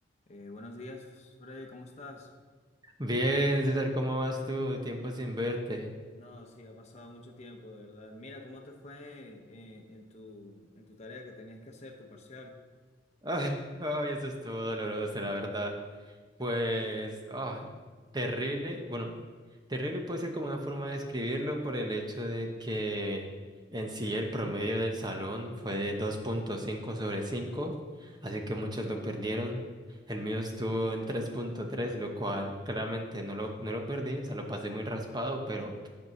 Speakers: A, on the left; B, on the right.
A: Eh, buenos días, Freddy, ¿cómo estás?
B: Bien, César, ¿cómo vas tú? Tiempo sin verte.
A: No, sí, ha pasado mucho tiempo, de verdad. Mira, ¿cómo te fue eh, en tu, en tu tarea que tenías que hacer, tu parcial?
B: <laughs> Ay, ay, eso estuvo doloroso, la verdad. Pues, ah, terrible. Bueno, terrible puede ser como una forma de describirlo por el hecho de que en sí el promedio del salón fue de dos punto 5 sobre cinco, así que muchos lo perdieron. El mío estuvo en tres punto tres, lo cual claramente no lo, no lo perdí, o sea, lo pasé muy raspado, pero